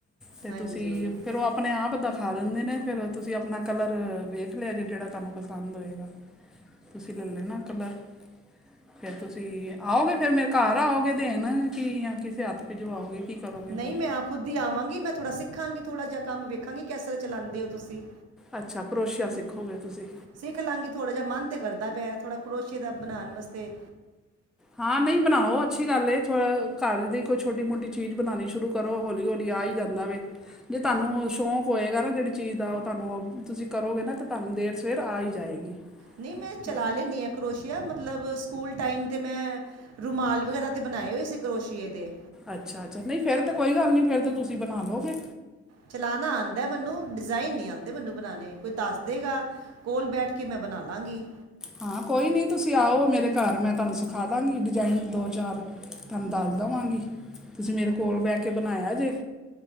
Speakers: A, in the centre; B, on the right.
A: ਤੇ
B: ਹਾਂਜੀ
A: ਤੁਸੀਂ ਫੇਰ ਉਹ ਆਪਣੇ ਆਪ ਦਾ ਦਿਖਾ ਦਿੰਦੇ ਨੇ ਫਿਰ ਤੁਸੀਂ ਆਪਣਾ ਕਲਰ ਵੇਖ ਲਿਆ ਜੇ ਜਿਹੜਾ ਤੁਹਾਨੂੰ ਪਸੰਦ ਹੋਏਗਾ। ਤੁਸੀਂ ਲੈ ਲੈਣਾ ਕੱਲਰ ਫਿਰ ਤੁਸੀਂ ਆਓਗੇ ਫਿਰ ਮੇਰੇ ਘਰ ਆੳਗੇ ਦੇਨ ਕਿ ਜਾਂ ਕਿਸੇ ਹੱਥ ਭੇਜਵਾੳਗੇ ਕੀ ਕਰੋਗੇ
B: ਨਹੀਂ
A: ਫਿਰ
B: ਮੈਂ ਖੁਦ ਹੀ ਆਵਾਂਗੀ, ਮੈਂ ਥੋੜ੍ਹਾ ਸਿੱਖਾਂਗੀ, ਥੋੜ੍ਹਾ ਜਿਹਾ ਕੰਮ ਵੇਖਾਂਗੀ ਕਿਸ ਤਰ੍ਹਾਂ ਚਲਾਉਂਦੇ ਹੋ ਤੁਸੀਂ
A: ਅੱਛਾ ਕਰੋਸ਼ੀਆ ਸਿੱਖੋਗੇ ਤੁਸੀਂ
B: ਸਿੱਖ ਲਵਾਂਗੀ ਥੋੜਾ ਜਿਹਾ ਮਨ ਤੇ ਕਰਦਾ ਪਿਆ ਥੋੜਾ ਕਰੋਸਿਐ ਦਾ ਬਣਾਉਣ ਵਾਸਤੇ
A: ਹਾਂ ਨਹੀਂ ਬਣਾਓ ਅੱਛੀ ਗੱਲ ਏ ਥੋ ਘਰ ਦੀ ਕੋਈ ਛੋਟੀ- ਮੋਟੀ ਚੀਜ਼ ਬਣਾਉਣੀ ਸ਼ੁਰੂ ਕਰੋ ਹੌਲੀ- ਹੌਲੀ ਆ ਹੀ ਜਾਂਦਾ ਵੇ ਜੇ ਤੁਹਾਨੂੰ ਸ਼ੋਕ ਹੋਏਗਾ ਨਾ ਜਿਹੜੀ ਚੀਜ਼ ਦਾ, ਉਹ ਤੁਹਾਨੂੰ ਤੁਸੀਂ ਕਰੋਗੇ ਨਾ ਤਾਂ ਤੁਹਾਨੂੰ ਦੇਰ ਸਵੇਰ ਆ ਹੀ ਜਾਏਗੀ।
B: ਨਹੀਂ ਮੈਂ ਚਲਾ
A: ਬਸ
B: ਲੈਂਦੀ ਆ ਕਰੋਸ਼ੀਆ ਮਤਲਬ ਸਕੂਲ ਟਾਈਮ 'ਤੇ ਮੈਂ ਰੁਮਾਲ ਵਗੈਰਾ ਤੇ ਬਣਾਏ ਹੋਏ ਸੀ ਕਰੋਸ਼ੀਏ ਦੇ
A: ਅੱਛਾ, ਅੱਛਾ ਨਹੀਂ ਫੇਰ ਤਾਂ ਕੋਈ ਗੱਲ ਨਹੀਂ ਫੇਰ ਤਾਂ ਤੁਸੀਂ ਬਣਾ ਲਓਗੇ।
B: ਚਲਾਉਣਾ ਆਉਂਦਾ ਮੈਨੂੰ, ਡਿਜ਼ਾਇਨ ਨੀ ਆਉਂਦੇ ਮੈਨੂੰ ਬਣਾਉਣੇ ਕੋਈ ਦੱਸ ਦੇਗਾ। ਕੋਲ ਬੈਠ ਕੇ ਮੈਂ ਬਣਾ ਲਵਾਂਗੀ।
A: ਹਾਂ ਕੋਈ ਨਹੀਂ ਤੁਸੀਂ ਆਓ ਮੇਰੇ ਘਰ ਮੈਂ ਤੁਹਾਨੂੰ ਸਿਖਾ ਦਾਂਗੀ ਡਿਜ਼ਾਇਨ ਦੋ ਚਾਰ ਤੁਹਾਨੂੰ ਦੱਸ ਦੇਵਾਂਗੀ, ਤੁਸੀਂ ਮੇਰੇ ਕੋਲ ਬਹਿ ਕੇ ਬਣਾਇਆ ਜੇ